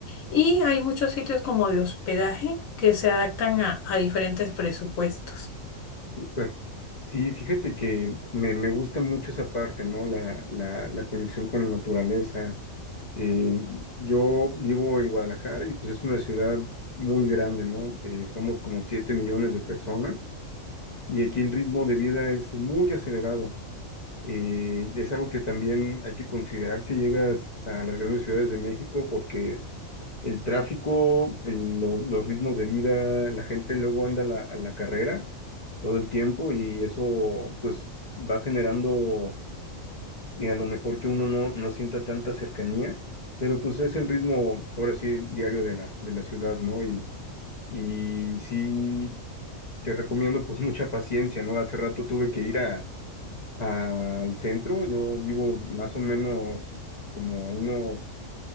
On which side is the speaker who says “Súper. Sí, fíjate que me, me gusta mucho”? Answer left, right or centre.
Left